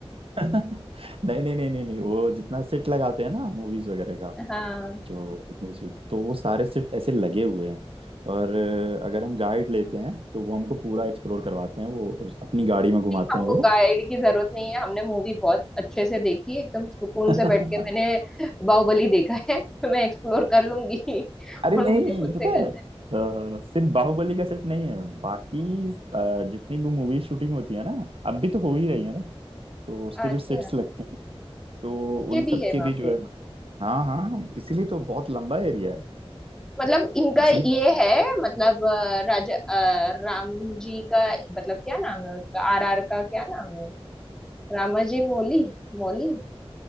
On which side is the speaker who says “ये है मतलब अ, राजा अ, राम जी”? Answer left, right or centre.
Centre